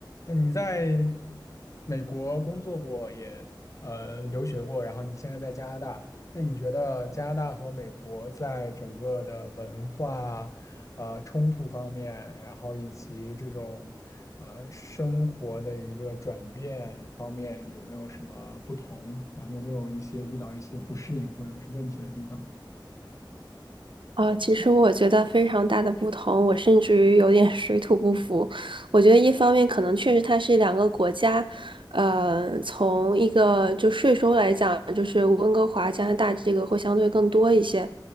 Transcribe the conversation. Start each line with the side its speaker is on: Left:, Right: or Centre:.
Left: 那你在美国工作过，也呃留学过，然后你现在在加拿大，那你觉得加拿大和美国在整个的文化呃冲突方面，然后以及这种呃生活的一个转变方面，有没有什么不同？然后你有没有一些遇到一些不适应或者是问题的地方？
Right: 啊，其实我觉得非常大的不同，我甚至于有点 <laughs> 水土不服。我觉得一方面可能确实它是两个国家，呃，从一个就税收来讲，就是温哥华、加拿大这个会相对更多一些，